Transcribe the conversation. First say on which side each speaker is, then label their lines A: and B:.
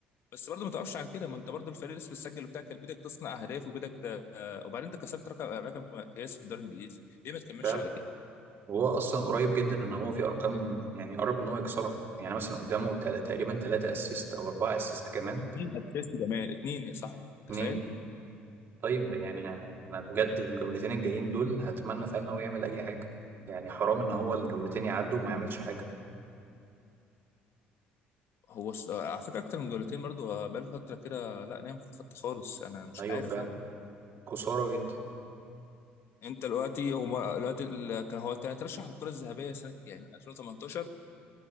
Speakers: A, on the left (about 60°); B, on the right (about 50°).
A: بس برضه ما توقفش عن كده ما انت برضه الفريق لسه بتسجل وبتاع كان بدك تصنع اهداف وبدك ت... وبعدين انت كسبت رقم رقم قياسي في الدوري الانجليزي ليه ما تكملش
B: فعلا
A: على كده
B: وهو اصلا قريب جدا ان هو في ارقام يعني قرب ان هو يكسرها يعني مثلا قدامه تل- تقريبا ثلاثة اسيست او اربعة اسيست كمان
A: مين اساسي كمان اتنين يا صاحبي تخيل
B: اتنين طيب يعني انا بجد الجولتين الجايين دول هتمنى فعلا ان هو يعمل اي حاجه يعني حرام ان هو الجولتين يعدوا وما يعملش حاجه
A: هو الص- على فكره اكتر من جولتين برضه آه، بقاله فتره كده لا نام في الخط خالص انا مش
B: ايوه
A: عارف
B: فعلا
A: انا
B: خساره جدا
A: انت دلوقتي هما دلوقتي ال- كان هو كان اترشح للكرة الذهبية سنة كام؟ 2018